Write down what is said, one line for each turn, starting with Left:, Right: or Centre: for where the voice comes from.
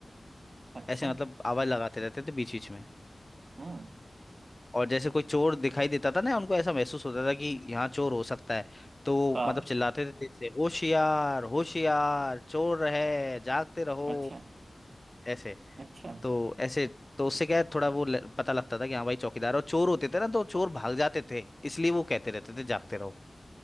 Right: अच्छा
Left: ऐसे मतलब आवाज लगाते रहते थे बीच बीच में
Right: हम्म
Left: और जैसे कोई चोर दिखाई देता था ना उनको ऐसा महसूस होता था कि यहाँ चोर हो सकता है तो वो
Right: हाँ
Left: मतलब चिल्लाते थे तेज से होशियार होशियार चोर है जागते रहो
Right: अच्छा
Left: ऐसे
Right: अच्छा
Left: तो ऐसे तो उससे क्या है थोड़ा वो ल- पता लगता था कि हाँ भाई चौकीदार और चोर होते थे ना तो चोर भाग जाते थे इसलिए वो कहते रहते थे जागते रहो